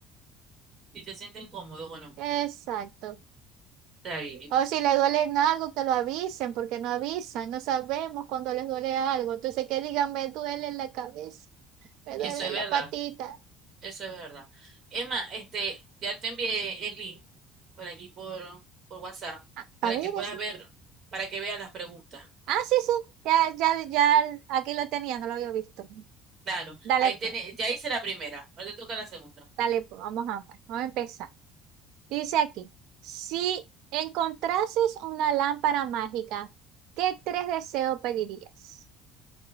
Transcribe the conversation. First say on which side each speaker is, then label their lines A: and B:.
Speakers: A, on the right; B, on the right.
A: Si te sienten cómodos, bueno,
B: Exacto.
A: está bien.
B: O si les duele en algo, que lo avisen, porque no avisan, no sabemos cuando les duele algo. Entonces, que digan, me duele la cabeza, me
A: Eso
B: duele
A: es
B: la
A: verdad.
B: patita.
A: Eso es verdad. Emma, este, ya te envié el link por aquí por, por WhatsApp
B: Ah,
A: para
B: a ver,
A: que puedas
B: así.
A: ver, para que veas las preguntas.
B: Ah, sí, sí, ya, ya, ya, aquí lo tenía, no lo había visto.
A: Claro,
B: Dale
A: ahí
B: pues,
A: tiene, ya hice la primera, ahora te toca la segunda.
B: dale pues, vamos a ver, vamos a empezar. Dice aquí, si encontrases una lámpara mágica, ¿qué tres deseos pedirías?